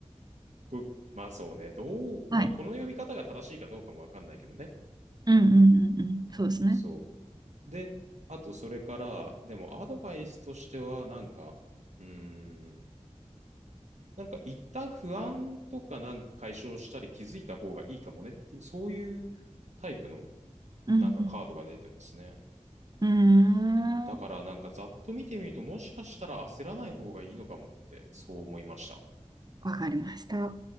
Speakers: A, on the right; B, on the right.
A: こうまあそうね。どう、
B: はい。
A: まあこの読み方が正しいかどうかもわかんないけどね。
B: うんうんうんうん。そうですね。
A: そう。で、あとそれから、でもアドバイスとしては、なんか、うーん、なんか一旦不安とかなんか解消したり気づいた方がいいかもねっていう、そういうタイプの
B: うん
A: なんかカードが出てますね。
B: うん。うーん。
A: だからなんかざっと見てみるともしかしたら焦らない方がいいのかもってそう思いました。
B: わかりました。